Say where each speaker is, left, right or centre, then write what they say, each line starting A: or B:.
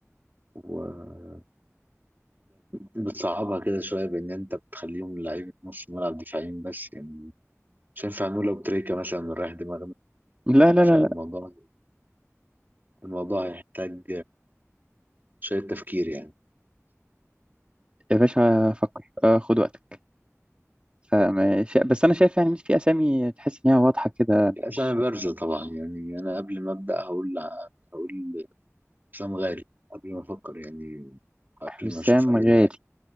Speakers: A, on the right; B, on the right.
A: وانت بتصعبها كده شويه بان انت بتخليهم لعيبه نص ملعب دفاعيين بس يعني مش هينفع نقول لو تريكه مثلا رايح دماغنا
B: لا لا
A: فالموضوع
B: لا
A: الموضوع هيحتاج شويه تفكير يعني
B: يا باشا فكر آه خد وقتك فما- شا- بس انا شايف يعني مش في اسامي تحس ان هي واضحه كده
A: أسامي
B: مش
A: بارزة طبعا يعني أنا قبل ما أبدأ هقول هقول حسام غالي قبل ما أفكر يعني قبل
B: حسام
A: ما أشوف أي
B: غالي
A: لاعب